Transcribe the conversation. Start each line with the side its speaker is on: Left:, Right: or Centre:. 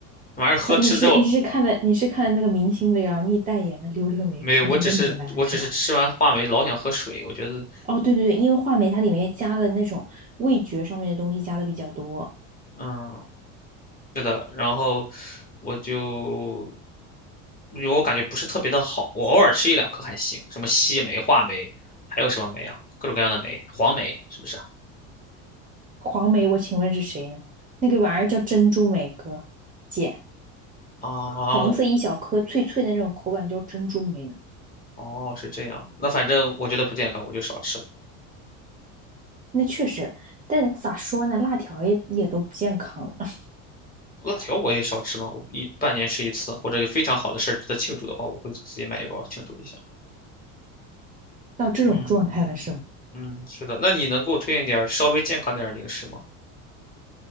Left: 那玩意儿喝吃了之后
Right: <laughs> 你是你是看了你是看了那个明星的呀，蜜代言的溜溜梅看出问题来了是吧？
Left: 没有，我只是我只是吃完话梅老想喝水，我觉得，
Right: 哦，对对对，因为话梅它里面加了那种味觉上面的东西加的比较多。
Left: 嗯，呃然后我就，我我感觉不是特别的好，我偶尔吃一两颗还行。什么西梅、话梅，还有什么梅啊？各种各样的梅，黄梅是不是啊？
Right: 黄梅，我请问是谁呢？那个玩意儿叫珍珠梅哥，姐，
Left: 啊，
Right: 黄色一小颗，脆脆的那种口感叫珍珠梅呢。
Left: 哦，是这样。那反正我觉得不健康，我就少吃了。
Right: 那确实，但咋说呢，辣条也也都不健康了 <laughs>
Left: 辣条我也少吃嘛，我一半年吃一次，或者有非常好的事儿值得庆祝的话，我会自己买一包庆祝一下。
Right: 到这种状态了是吗？
Left: 嗯嗯，是的。那你能给我推荐点儿稍微健康点儿的零食吗？